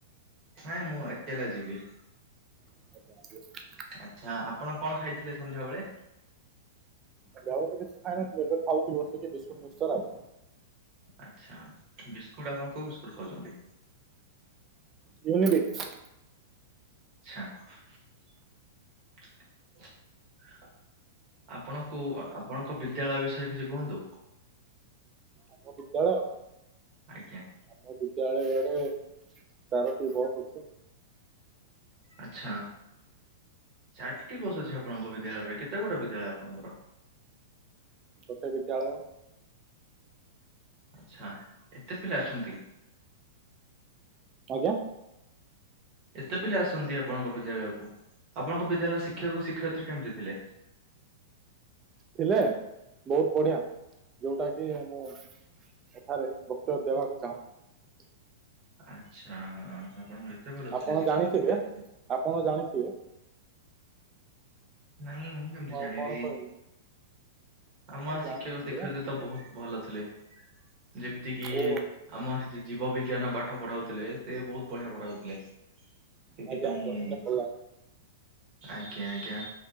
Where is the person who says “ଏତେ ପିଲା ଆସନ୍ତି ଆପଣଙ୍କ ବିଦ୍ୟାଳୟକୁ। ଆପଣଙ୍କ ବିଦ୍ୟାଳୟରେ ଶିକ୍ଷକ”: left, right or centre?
Right